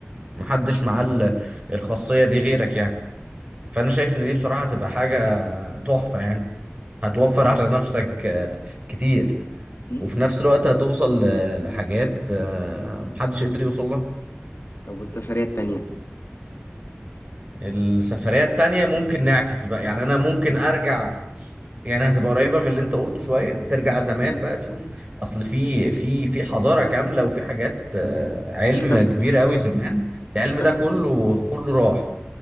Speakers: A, on the right; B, on the left.
A: محدش معاه ال- الخاصية دي غيرك يعني فانا شايف ان دي بصراحه هتبقى حاجه تحفه يعني هتوفر على نفسك آه، كتير
B: كتير
A: وفي نفس الوقت هتوصل ل- لحاجات آه، محدش قدر يوصل لها
B: طب والسفرية التانية
A: السفريه التانيه ممكن نعكس بقى يعني انا ممكن ارجع يعني هتبقى قريبه من اللي انت قلته شويه ترجع زمان
B: مم.
A: بقى تشوف اصل في في في حضاره كامله وفي حاجات آه، علم
B: اختفت
A: كبير
B: حرفيا
A: قوي زمان العلم
B: اختفت
A: ده كله كله راح